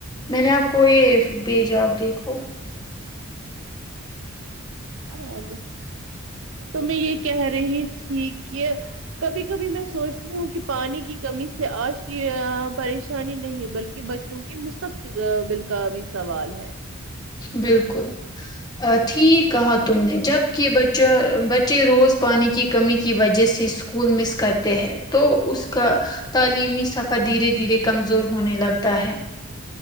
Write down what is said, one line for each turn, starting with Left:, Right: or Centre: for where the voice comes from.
Left: میں نے آپ کو یہ بھیجا آپ دیکھو
Right: ہاں تو میں یہ کہہ رہی تھی کہ کبھی کبھی میں سوچتی ہوں کہ پانی کی کمی سے آج کی پریشانی نہیں بلکہ بچوں کہ مستقبل کا بھی سوال ہے
Left: بالکل ٹھیک کہا تم نے جب کہ بچہ بچے روز پانی کی کمی کی وجہ سے اسکول مس کرتے ہیں تو اس کا تعلیمی سفر دھیرے دھیرے کمزور ہونے لگتا ہے